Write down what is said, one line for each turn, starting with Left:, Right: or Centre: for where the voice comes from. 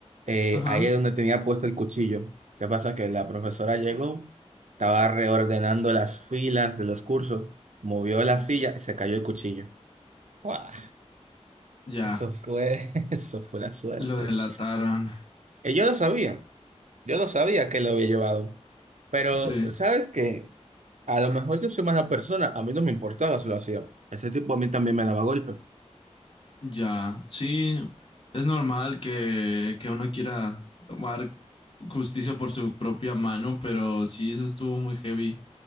Right: eh,
Left: Ajá.
Right: ahí es donde tenía puesto el cuchillo. ¿Qué pasa? Que la profesora llegó, estaba reordenando las filas de los cursos, movió la silla y se cayó el cuchillo. ¡Guau!
Left: Ya.
Right: Eso fue, <laughs> eso fue la suerte.
Left: Lo delataron.
Right: Y yo lo sabía, yo lo sabía que lo había llevado. Pero,
Left: Sí.
Right: ¿sabes qué? A lo mejor yo soy mala persona, a mí no me importaba si lo hacía. Ese tipo a mí también me daba golpe.
Left: Ya, sí, es normal que, que uno quiera tomar justicia por su propia mano, pero sí, eso estuvo muy heavy.